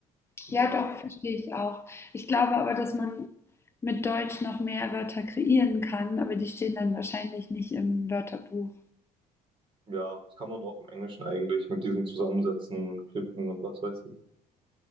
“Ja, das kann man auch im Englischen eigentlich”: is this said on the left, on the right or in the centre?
Right